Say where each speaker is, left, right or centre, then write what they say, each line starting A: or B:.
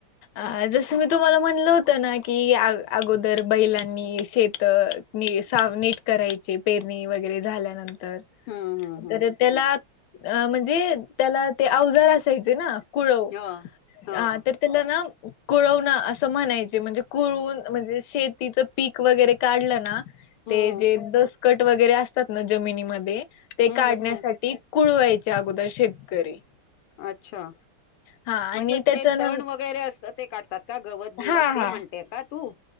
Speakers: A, on the left; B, on the left.
A: अ जसं मी तुम्हाला म्हणलं होतं ना की, अग अगोदर बैलांनी शेत नीट सा नीट करायचे. पेरणी वगैरे झाल्यानंतर
B: हम्म हम्म हम्म
A: तर तर त्याला अ म्हंजे त्याला ते अवजार असायचे ना कुळव
B: हो हो
A: अ तर त्यान ना कुळवण असं म्हणायचे, म्हणजे कुळवून म्हणजे शेतीचं पीक वगैरे काढलं ना
B: हम्म
A: ते जे दस कट वगैरे असतात, ना जमिनीमध्ये ते
B: हम्म
A: काढण्यासाठी
B: हम्म
A: कुळवायचे अगोदर शेतकरी.
B: अच्छा
A: हा आणि
B: म्हणजे
A: त्याच
B: ते
A: न
B: तण वगैरे असतात ते काढतात का गवत बिवत
A: हा
B: ते
A: हा
B: म्हणते य का तू?